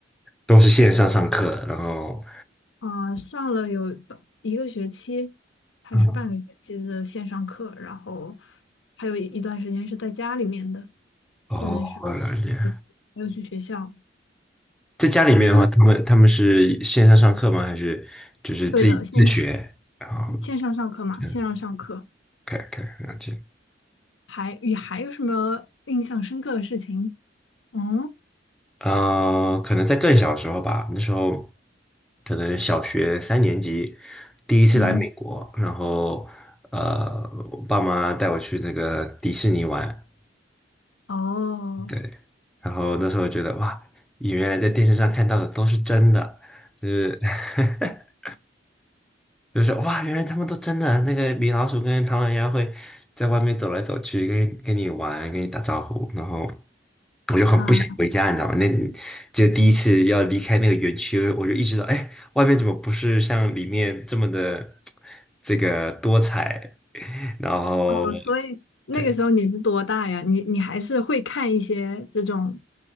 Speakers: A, in the centre; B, on the left.
A: 都是线上上课，然后，
B: 嗯、呃上了有半一个学期还是半个学期的线上课，
A: 嗯，
B: 然后还有一一段时间是在家里面的，
A: 哦，
B: 就那时
A: 我了解。
B: 候没有去学校
A: 在家里面的话，
B: 啊。
A: 他们他们是线上上课吗？还是就是自己自学？
B: 对的，线
A: 然后，
B: 线上上课嘛，
A: 嗯
B: 线上上课，
A: ，OK，OK，了解。
B: 还也还有什么印象深刻的事情？嗯
A: 呃，可能在更小的时候吧，那时候可能小学三年级，第一次来美国，
B: 嗯。
A: 然后呃，我爸妈带我去那个迪士尼玩，
B: 哦，
A: 对，然后那时候觉得哇，原来在电视上看到的都是真的，就是 <laughs> 就是哇，原来他们都真的那个米老鼠跟唐老鸭会在外面走来走去，跟跟你玩，跟你打招呼，然后我就很不想回家，
B: 啊，
A: 你知道吗？那就第一次要离开那个园区，我就意识到，哎，外面怎么不是像里面这么的这个多彩？<laughs> 然后
B: 哦，所以那个时候你是多大呀？
A: 对，
B: 你你还是会看一些这种